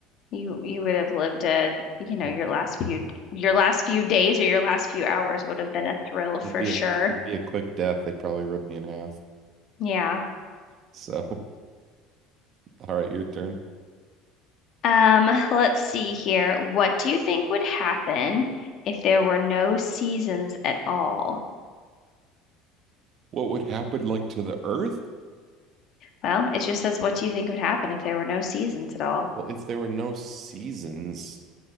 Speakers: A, on the left; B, on the right.
A: you you would have lived a, you know,
B: <clears throat>
A: your last few your last few days or your last few hours would have been a thrill for
B: It'd be
A: sure.
B: a it'd be a quick death. They'd probably rip me in half.
A: Yeah.
B: So, <laughs> all right, your turn.
A: Um, let's see here. What do you think would happen if there were no seasons at all?
B: What would happen like to the Earth?
A: Well, it just says, what do you think would happen if there were no seasons at all?
B: Well, if there were no seasons,